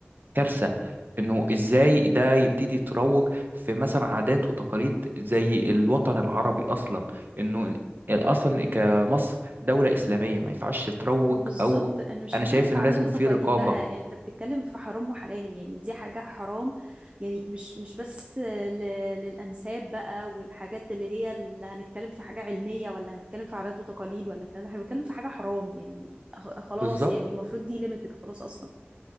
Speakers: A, on the right (about 55°); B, on the right (about 30°).
A: كارثة انه ازاي ده يبتدي يتروج في مثلا عادات وتقاليد زي الوطن العربي اصلا انه اصلا كمصر دولة اسلامية ما ينفعش تروج
B: بالظبط
A: او
B: انا مش
A: انا
B: بتكلم
A: شايف
B: في
A: انه
B: عادات
A: لازم
B: وتقاليد
A: في رقابة
B: بقى انت بتتكلم في حرام وحلال يعني دي حاجه حرام يعني مش مش بس ل- للانساب بقى والحاجات اللي هي اللي هنتكلم في حاجه علميه ولا هنتكلم في عادات وتقاليد ولا الكلام ده احنا بنتكلم في حاجه حرام يعني خ- خلاص
A: بالظبط
B: يعني المفروض دي ليميتد خلاص اصلا